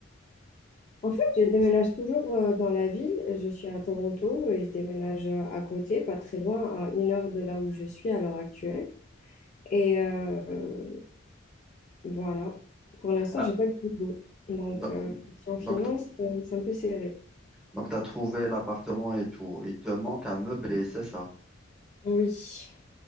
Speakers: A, on the left; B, in the centre.
A: En fait, je déménage toujours euh, dans la ville. Je suis à Toronto et je déménage euh, à côté, pas très loin, à une heure de là où je suis à l'heure actuelle. Et euh, euh, voilà. Pour l'instant,
B: Ah,
A: j'ai pas de boulot. Donc,
B: do-
A: euh, si en
B: donc,
A: finance,
B: t-
A: euh, c'est un peu serré.
B: donc t'as trouvé l'appartement et tout. Il te manque à meubler, c'est ça?
A: Oui.